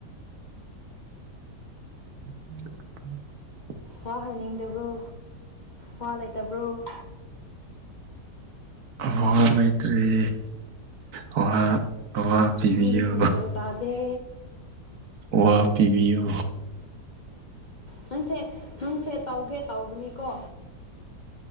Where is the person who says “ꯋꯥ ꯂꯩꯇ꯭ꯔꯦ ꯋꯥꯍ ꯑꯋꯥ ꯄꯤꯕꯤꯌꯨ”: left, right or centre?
Right